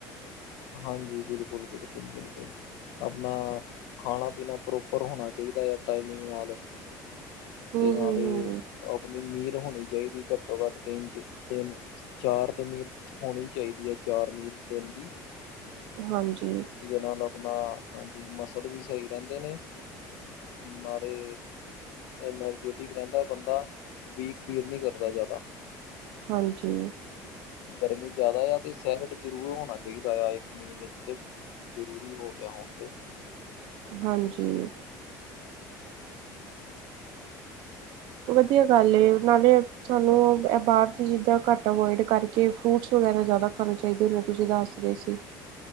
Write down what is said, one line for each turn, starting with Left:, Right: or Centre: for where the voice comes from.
Left: ਹਾਂਜੀ, ਬਿਲਕੁਲ-ਬਿਲਕੁਲ-ਬਿਲਕੁਲ ਆਪਣਾ, ਖਾਣਾ-ਪੀਣਾ ਪ੍ਰੋਪਰ ਹੋਣਾ ਚਾਹੀਦਾ ਆ, ਟਾਈਮਿੰਗ ਨਾਲ
Right: ਹੂੰ
Left: ਤੇ ਨਾਲ
Right: ਹੂੰ ਹੂੰ
Left: ਆਪਣੀ ਮੀਰ ਹੋਣੀ ਚਾਹੀਦੀ ਘੱਟੋ-ਘੱਟ ਤਿੰਨ ਚ ਤਿੰਨ-ਚਾਰ ਤੇ ਮੀਰ ਹੋਣੀ ਚਾਹੀਦੀ ਹੈ, ਚਾਰ ਮੀਲ ਦਿਨ ਦੀ।
Right: ਹਾਂਜੀ।
Left: ਜਿਹਦੇ ਨਾਲ ਆਪਣਾ ਹਾਂਜੀ ਮਸਲ ਵੀ ਸਹੀ ਰਹਿੰਦੇ ਨੇ। ਨਾਲੇ। ਐਨਰਜੈਟਿਕ ਰਹਿੰਦਾ ਬੰਦਾ ਵੀਕ ਫੀਲ ਨਹੀਂ ਕਰਦਾ ਜ਼ਿਆਦਾ
Right: ਹਾਂਜੀ।
Left: ਗਰਮੀ ਜ਼ਿਆਦਾ ਆ ਤੇ ਸੈਲਡ ਜ਼ਰੂਰ ਹੋਣਾ ਚਾਹੀਦਾ ਆ ਇੱਕ ਮੀਨ ਉਤੇ ਜ਼ਰੂਰੀ ਹੋ ਗਿਆ ਹੁਣ ਤੇ
Right: ਹਾਂਜੀ। ਵਧੀਆ ਗੱਲ ਏ ਨਾਲੇ। ਸਾਨੂੰ ਬਾਹਰ ਦੀ ਚੀਜ਼ਾਂ ਘੱਟ ਅਵੋਇਡ ਕਰਕੇ ਫਰੂਟਸ ਵਗੈਰਾ ਜ਼ਿਆਦਾ ਖਾਣੇ ਚਾਹੀਦੇ ਹੁੰਦੇ ਤੁਸੀਂ ਦੱਸ। ਜ੍ਰਸੀ।